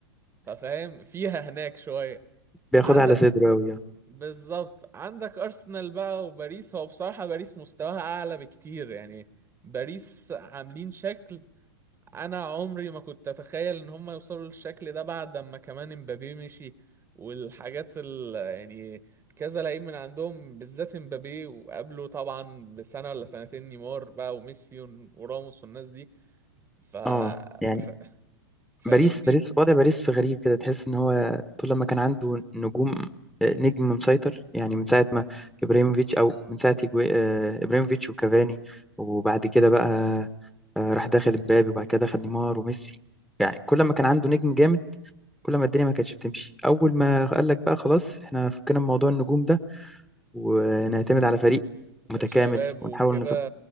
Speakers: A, on the right; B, in the centre.
A: ففاهم فيها هناك شوية
B: بياخدها
A: عندك
B: على صدره قوي
A: بالظبط عندك ارسنال بقى وباريس هو بصراحة باريس مستواها اعلى بكتير يعني باريس عاملين شكل انا عمري ما كنت اتخيل ان هم يوصلوا للشكل ده بعد ما كمان امبابي مشي والحاجات ال يعني كذا لعيب من عندهم بالذات امبابي وقبله طبعا بسنة ولا سنتين نيمار بقى وميسي وراموس والناس دي ف...
B: اه يعني
A: ف... فاهمني
B: باريس باريس وضع باريس غريب كده تحس ان هو طول لما كان عنده نجوم آه، نجم مسيطر يعني من ساعة ما ابراهيموفيتش او من ساعة إجو- آه، ابراهيموفيتش وكافاني وبعد كده بقى آه، راح داخل مبابي وبعد كده دخل نيمار وميسي يعني كل ما كان عنده نجم جامد كل ما الدنيا ما كانتش بتمشي اول ما قال لك بقى خلاص احنا فكنا من موضوع النجوم ده ونعتمد على فريق متكامل
A: شباب
B: ونحاول
A: وكده
B: نظبط